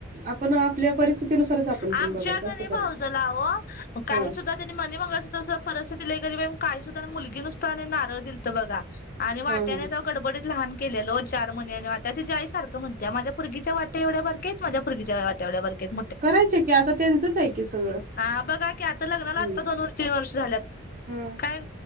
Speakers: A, on the right; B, on the left.
A: आपण आपल्या परिस्थितीनुसारच आपण पण
B: आमच्या
A: बघायचं
B: कणी
A: असं
B: भावजला
A: करायचं
B: अवं काही
A: हा
B: सुद्धा त्यांनी मनीमंगळसुत्र सुद्धा परिस्थितीला लय गरीबं म्हणून काही सुद्धा मुलगी नुसता नारळ दिलत बघा आणि वाट्याने
A: हा हा
B: गडबडीत लहान केलेल चार मणी वाट्या ते तिची आईसारखं म्हणत्या माझ्या पोरगीच्या वाट्या एवढ्या बारक्या हायत माझ्या मुगीच्या वाटया एवढ्या बारक्या हायत.
A: करायचे की आता त्यांचच आहे की सगळं
B: ह बघा की आता लग्नाला
A: हं.
B: आत्ता दोन तीन वर्ष झाल्यात
A: हा
B: काय